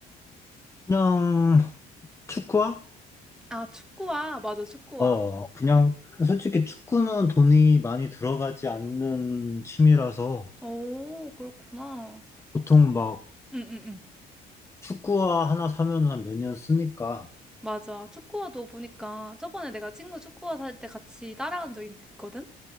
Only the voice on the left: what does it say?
그냥, 축구화?
어, 그냥, 솔직히 축구는 돈이 많이 들어가지 않는 취미라서,
보통 막,
축구화 하나 사면은 한 몇 년 쓰니까,